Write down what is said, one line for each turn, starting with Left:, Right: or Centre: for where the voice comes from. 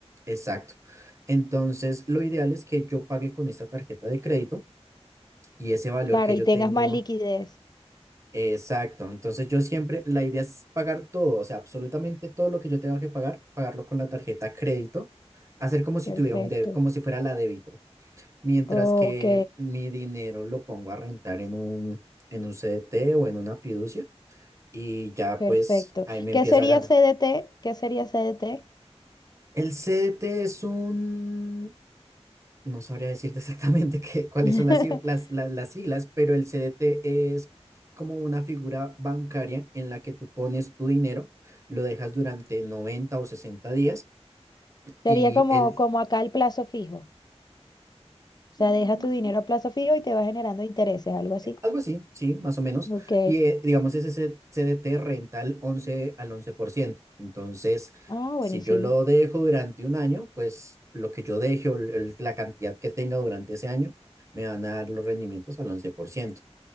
Right: Exacto. Entonces, lo ideal es que yo pague con esta tarjeta de crédito y ese valor
Left: Claro,
Right: que
Left: y
Right: yo
Left: tengas
Right: tengo.
Left: más liquidez.
Right: Exacto. Entonces, yo siempre, la idea es pagar todo, o sea, absolutamente todo lo que yo tenga que pagar, pagarlo con la tarjeta crédito, hacer como si
Left: Perfecto.
Right: tuviera un débito, como si fuera la débito, mientras
Left: Ok,
Right: que mi dinero lo pongo a rentar en un, en un CDT o en una fiducia y ya
Left: perfecto.
Right: pues ahí me
Left: ¿Qué
Right: empieza
Left: sería
Right: a ganar.
Left: CDT? ¿Qué sería CDT?
Right: El CDT es un No sabría decirte exactamente <laughs> qué- cuáles
Left: <laughs>
Right: son las, cif- las, las, las siglas, pero el CDT es como una figura bancaria en la que tú pones tu dinero, lo dejas durante noventa o sesenta días
Left: Sería
Right: y
Left: como,
Right: el...
Left: como acá el plazo fijo. O sea,
Right: mm,
Left: deja tu dinero a plazo fijo y te va generando intereses, algo así.
Right: algo así, sí, más o menos.
Left: Ok.
Right: Y eh, digamos, ese C- CDT renta al once al once por ciento Entonces,
Left: Ah,
Right: si
Left: buenísimo.
Right: yo lo dejo durante un año, pues lo que yo deje o el- la cantidad que tenga durante ese año me van a dar los rendimientos al once por ciento